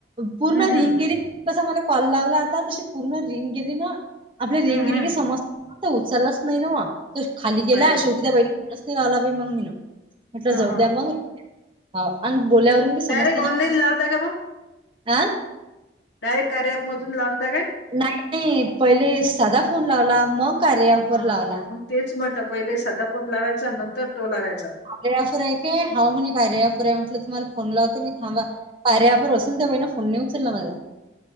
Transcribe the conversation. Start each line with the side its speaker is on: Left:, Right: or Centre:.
Right: पूर्ण
Left: हम्म हम्म
Right: रिंग गिरी कस मला कॉल लावला आता तशी पूर्ण रिंग गेली ना, आपली
Left: हम्म
Right: रिंग गेली
Left: हम्म
Right: की समज तू उचललाच नाही नव्हं. तू खाली गेला
Left: पाय वा
Right: शेवटी त्या बाईला फोनच नाही लावला बाई मग मी न. म्हटलं
Left: हा
Right: जाऊ
Left: हा
Right: द्या मग आणि बोल्यावरून बी समजते
Left: डायरेक्ट
Right: ना
Left: ऑनलाईन
Right: <unintelligible>
Left: लावता का मग
Right: आ?
Left: डायरेक्ट कार्या ॲपमधून लावलाता काय?
Right: नाही नाही पहिले साधा फोन लावला. मग कार्यावर
Left: हा
Right: लावला
Left: मग तेच म्हणलं पहिले साधा फोन लावायचा नंतर तो लावायचा.
Right: आपल्या ॲपवर आहे काय हाऊ म्हणे कार्या ॲपवर आहे म्हटलं तुम्हाला फोन लावते मी थांबा.
Left: हम्म.
Right: कार्या ॲपवर पण त्या बाईनं फोन नाही उचलला माझा‌.